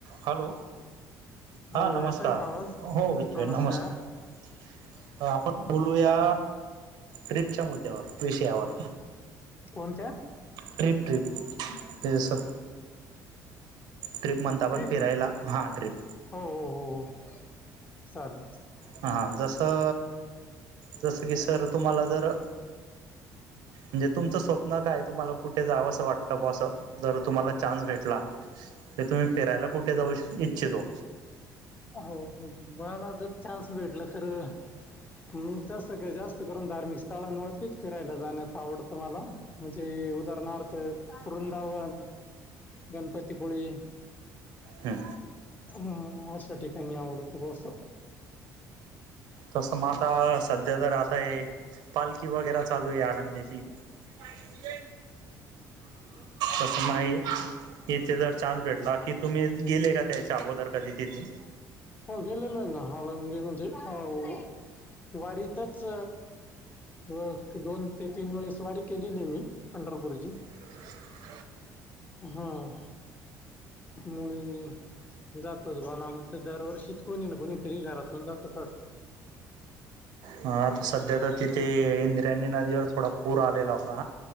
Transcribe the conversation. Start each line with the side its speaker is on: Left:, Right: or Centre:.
Right: Hello.
Left: हो
Right: हा नमस्कार.
Left: येतोय का आवाज
Right: हो. <unintelligible>
Left: नमस्कार
Right: नमस्कार. आपण
Left: हं.
Right: बोलूया, ट्रिपच्या मुद्द्यावर विषयावर.
Left: कोणत्या
Right: ट्रिप ट्रिप जस ट्रिप म्हणता आपण
Left: ट्रिप
Right: फिरायला हां ट्रिप
Left: हो हो हो हो चालेल
Right: हां हां जसं जसं की सर तुम्हाला जर णजे तुमचं स्वप्न काय तुम्हाला कुठे जावं असं वाटतं बुवा असं जर तुम्हा चानस भेटला क तुम्ही फिरायला कुठे जाऊ इच्छितो
Left: हो मला जर चान्स भेटला खर मी तस सगळे जास्त करून धार्मिक स्थळांवरतीच फिरायला जाण्याच आवडतं मला म्हणजे उदाहरणार्थ वृंदावन गणपती पूळे
Right: हं.
Left: हम्म अशा ठिकाणी आवडत बस
Right: तस मग आता सध्या तर आता आहे पालखी वगैरे चालू आहे आळंदीची वा नि
Left: ह
Right: बसमई <unintelligible> इथे जर चान्स भेटला की तुम्ही गेले का त्याच्या अगोदर कधी तिथे
Left: हो गेलेलो आहे ना हळंदी म्हणज हो वारीतच व दोन ते तीन वेळेस वारी केलेली आहे मी पंढरपूरची
Right: हो
Left: हम मुली जातोच बणमचं दर दरवर्षीच कोणी ना कोणीतरी घरातून जातच असतं
Right: ह ह आता सध्या तर तिथे इंद्रायणी नदीवर थोडा पूर आलेला होता